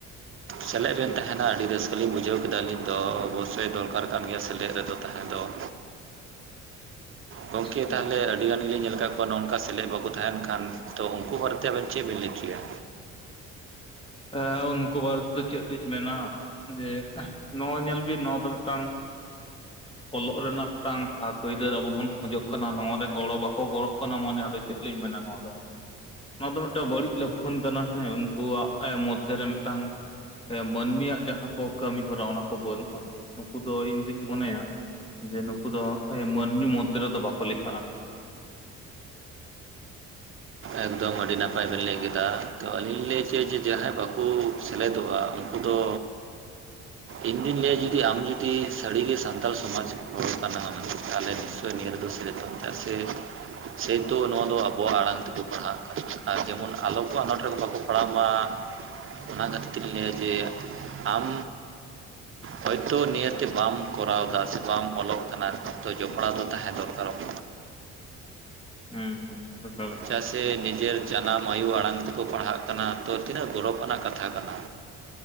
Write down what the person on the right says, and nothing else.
ᱥᱮᱞᱮᱫ ᱵᱮᱱ
ᱛᱟᱦᱮᱱᱟ ᱟᱹᱰᱤ ᱨᱟᱹᱥ ᱠᱟᱹ ᱞᱤᱧ ᱵᱩᱡᱷᱟᱹᱣ ᱠᱮᱫᱟ ᱟᱹᱞᱤᱧ ᱫᱚ ᱚᱵᱚᱥᱥᱳᱭ ᱫᱚᱨᱠᱟᱨ ᱠᱟᱱ ᱜᱮᱭᱟ ᱥᱮᱞᱮᱫ ᱨᱮᱫᱚ ᱛᱟᱦᱮᱸ ᱫᱚ ᱾ ᱜᱚᱝᱠᱮ
ᱛᱟᱦᱚᱞᱮ ᱟ ᱟᱹᱰᱤ ᱜᱟᱱ ᱜᱮᱞᱤᱧ ᱧᱮᱞ ᱟᱠᱟᱫ ᱠᱚᱣᱟ ᱱᱚᱜ-ᱚᱱᱠᱟ ᱥᱮᱞᱮᱫ ᱵᱟᱠᱚ ᱛᱟᱦᱮᱱ ᱠᱷᱟᱱ ᱛᱚ ᱩᱱᱠᱩ ᱵᱟᱨᱮ ᱛᱮ ᱟᱵᱮᱱ ᱪᱮᱫ ᱵᱮᱱ ᱞᱟᱹᱭ ᱦᱚᱪᱚᱭᱟ?
ᱮᱠᱫᱚᱢ ᱟᱹᱰᱤ ᱱᱟᱯᱟᱭ ᱵᱮᱱ ᱞᱟᱹᱭ ᱠᱮᱫᱟ ᱛᱚ ᱟᱞᱤᱧ ᱞᱤᱧ ᱞᱟᱹᱭ ᱦᱚᱪᱚᱭᱟ ᱡᱮ ᱡᱟᱦᱟᱸᱭ ᱵᱟᱠᱚ ᱥᱮᱞᱮᱫᱚᱜᱼᱟ ᱩᱱᱠᱩ ᱫᱚ
ᱤᱧᱫᱩᱧ ᱞᱟᱹᱭᱟ ᱡᱩᱫᱤ ᱟᱢ ᱡᱩᱫᱤ ᱥᱟᱹᱨᱤᱜᱮ ᱥᱟᱱᱛᱟᱲ ᱥᱚᱢᱟᱡᱽ ᱦᱚᱲ ᱠᱟᱱᱟᱢ ᱛᱟᱦᱚᱞᱮ ᱱᱤᱥᱪᱚᱭ ᱱᱤᱭᱟᱹ ᱨᱮᱫᱚ ᱥᱮᱞᱮᱫᱚᱜ ᱢᱮ ᱾ ᱪᱮᱫᱟᱜ ᱥᱮ ᱥᱮᱭ ᱛᱚ ᱱᱚᱣᱟ ᱫᱚ ᱟᱵᱚᱣᱟᱜ ᱟᱲᱟᱝ ᱛᱮᱠᱚ <unintelligible> ᱟᱨ ᱡᱮᱢᱚᱱ ᱟᱞᱚ ᱠᱚ ᱟᱱᱟᱴ ᱨᱮ ᱵᱟᱠᱚ ᱯᱟᱲᱦᱟᱣᱜ ᱢᱟ᱾ ᱚᱱᱟ ᱠᱷᱟᱹᱛᱤᱨ ᱛᱮᱜᱮ ᱞᱟᱹᱭᱟ ᱡᱮ ᱟᱢ ᱦᱚᱭᱛᱳ ᱱᱤᱭᱟᱹᱛᱮ ᱵᱟᱢ ᱠᱚᱨᱟᱣᱫᱟ ᱥᱮ ᱵᱟᱢ ᱚᱞᱚᱜ ᱠᱟᱱᱟ ᱛᱚ ᱡᱚᱯᱲᱟᱣ ᱫᱚ ᱛᱟᱦᱮᱸ ᱫᱚᱨᱠᱟᱨ᱾ <inaudible>
ᱪᱮᱫ ᱥᱮ ᱱᱤᱡᱮᱨ ᱡᱟᱱᱟᱢ ᱟᱭᱩ ᱟᱲᱟᱝ ᱛᱮᱠᱚ ᱯᱟᱲᱦᱟᱜ ᱠᱟᱱᱟ ᱛᱚ ᱛᱤᱱᱟᱹᱜ ᱜᱚᱨᱚᱵ ᱟᱱᱟᱜ ᱠᱟᱛᱷᱟ ᱠᱟᱱᱟ᱾